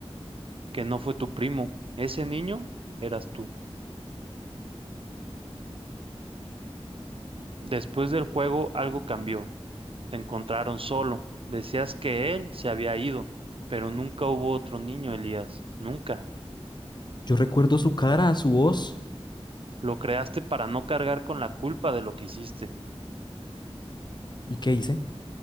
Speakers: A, on the right; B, on the left.
A: que no fue tu primo, ese niño eras tú. Después del juego algo cambió. Te encontraron solo. Decías que él se había ido, pero nunca hubo otro niño, Elías. Nunca.
B: Yo recuerdo su cara, su voz.
A: Lo creaste para no cargar con la culpa de lo que hiciste.
B: ¿Y qué hice?